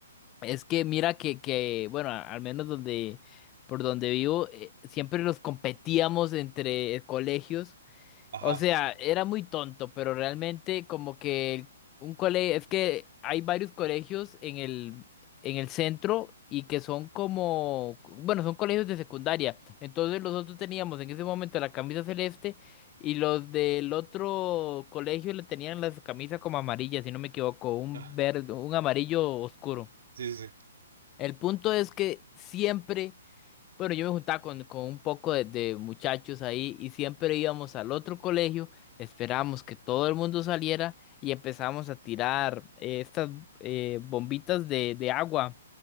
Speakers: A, on the left; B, on the right.
A: Es que mira que, que bueno, a- al menos donde, por donde vivo, eh, siempre los competíamos entre colegios.
B: Ajá.
A: O sea, era muy tonto, pero realmente como que un colegio, es que hay varios colegios en el, en el centro y que son como, bueno, son colegios de secundaria. Entonces nosotros teníamos en ese momento la camisa celeste y los del otro colegio le tenían las camisas como amarillas, si no me equivoco, un
B: Ah,
A: verde, un amarillo oscuro.
B: Sí, sí, sí.
A: El punto es que siempre bueno, yo me juntaba con, con un poco de, de muchachos ahí y siempre íbamos al otro colegio, esperábamos que todo el mundo saliera y empezábamos a tirar eh, estas eh, bombitas de, de agua.